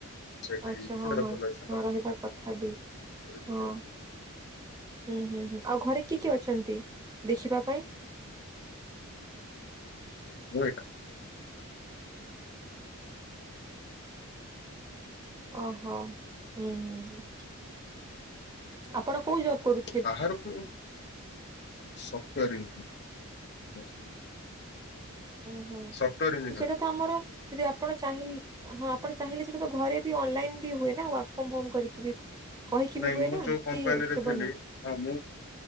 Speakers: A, on the left; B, on the right.
A: ସେଟ୍
B: ଆଚ୍ଛା
A: ହେଇଯାଇଛି
B: ହଁ
A: ତାର
B: ହଁ
A: ଭଲ ହେଇସାରିଲା
B: ହଁ ରହିବା କଥା ବି
A: ପରେ ଯିବି
B: ହଁ।
A: ଆଉ।
B: ହୁଁ ହୁଁ ହୁଁ ଆଉ ଘରେ କିଏ କିଏ ଅଛନ୍ତି ଦେଖିବା ପାଇଁ?
A: ମୁଁ ଏକା
B: ଓହୋ ହୁଁ ହୁଁ ହୁଁ ଆପଣ କୋଉ ଜବ କରୁୁ
A: ବାହାରକୁ ସଫ୍ଟୱେର ଇଞ୍ଜିନିୟର <unintelligible>
B: ହୁଁ ହୁଁ
A: ସଫ୍ଟୱେର ଇଞ୍ଜିନିୟର।
B: ସେଇଟା ତ ଆମର ଯଦି ଆପଣ ଚାହିଁ ହଁ ଆପଣ ଚାହିଁଲେ ସେଇଟା ତ ଘରେ ବି ଅନଲାଇନ ବି ହୁଏ ନା ୱାର୍କ ଫ୍ରମ ହୋମ କରିକି ବି କହିକି
A: ନାଇଁ
B: ବି ହୁଏ
A: ମୁଁ
B: ନା
A: ଯୋଉ କମ୍ପାନୀରେ
B: କି ହେବନି
A: ଥିଲି ହଁ ମୁଁ